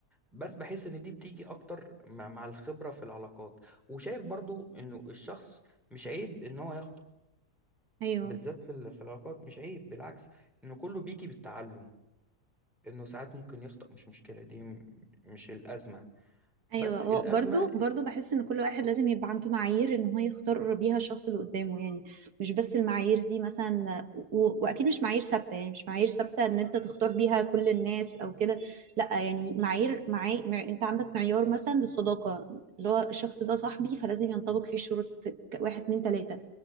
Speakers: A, in the centre; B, on the right.
A: بس بحس ان دي بتيجي اكتر مع مع الخبرة في العلاقات وشايف برضو انه الشخص مش عيب ان هو يخطأ
B: ايوه
A: بالذات في ال- في العلاقات مش عيب بالعكس انه كله بيجي بالتعلم انه ساعات ممكن يخطأ مش مشكلة دي م- مش الأزمة
B: ايوه
A: بس
B: هو
A: الأزمة
B: برضو برضو بحس ان كل واحد لازم يبقى عنده معايير ان هو يختار بيها الشخص اللي قدامه يعني مش بس المعايير دي مثلا و... واكيد مش معايير ثابته يعني مش معايير ثابته ان انت تختار بيها كل الناس او كده لا يعني معايير معاي... مع... انت عندك معيار مثلا للصداقه اللي هو الشخص ده صاحبي فلازم ينطبق فيه شروط ك- واحد اتنين تلاته